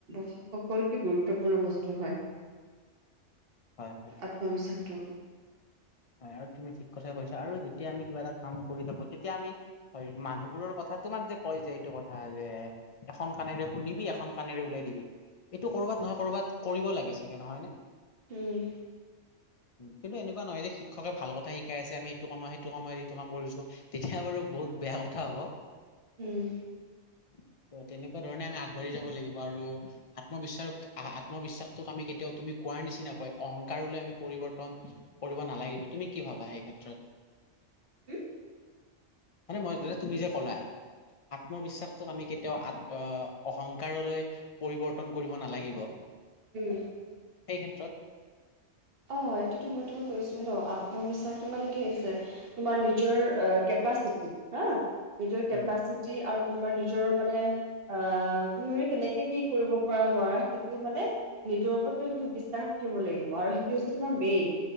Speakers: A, on the right (about 50°); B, on the left (about 40°).
A: সকলোকে গুৰুত্বপূৰ্ণ বস্তু হয়।
B: হয়, হয়।
A: আত্মবিশ্বাসটো।
B: হয় আৰু তুমি ঠিক কথাই কৈছা, আৰু যেতিয়া আমি কিবা, এটা কাম কৰি থাকো তেতিয়া আমি হয় মানুহবোৰৰ কথা তোমাক। যে কয় যে এইটো কথা যে এখন কােৰে শুনিবি, এখন কাণেৰে উলাই দিবি। এইটো কৰ'বাত নহয় কৰবাত কৰিব লাগে চাগে নহয় নে।
A: উম,
B: উ, কিন্তু এনেকুৱা নহয় যে শিক্ষকে ভাল কথা শিকাই আছে আমি সেইটো কামত সেইটো সময়ত এইটো কাম কৰিছো তেতিয়া বাৰু বহুত বেয়া কথা হ'ব।
A: উম,
B: ত, তেনেকুৱা ধৰণে আমি আগবাঢ়ি যাব লাগিব আৰু আত্মবিশ্বাস আত্মবিশ্বাসটোক আমি কেতিয়াওঁ। তুমি কোৱাৰ নিচিনাকয় অহংকাৰলৈ আমি পৰিৱৰ্তন কৰিব নালাগিব। তুমি কি ভাবা, সেই ক্ষেত্ৰত।
A: <unintelligible>
B: মানে মই তুমি যে ক'লা। আত্মবিশ্বাসটোক আমি কেতিয়াও আত, অহংকাৰলৈ পৰিৱৰ্তন কৰিব নালাগিব।
A: উম,
B: সেই ক্ষেত্ৰত।
A: অ, এইটোতো মই তোমাক কৈছো ন আত্মবিশ্বাস তো মানে কি হৈছে তোমাৰ। নিজৰ কেপাচিটি হা, নিজৰ কেপাচিটি
B: উম
A: আৰু তোমাৰ নিজৰ মানে। অ, তুমি মানে কেনেকে কি কৰিব পৰাাৰ লৰা সেইটো মানে নিজৰ ওপৰত তুমি বিশ্বাস। থাকিব লাগিব আৰু সেইটো হৈছে তোমাৰ মেইন,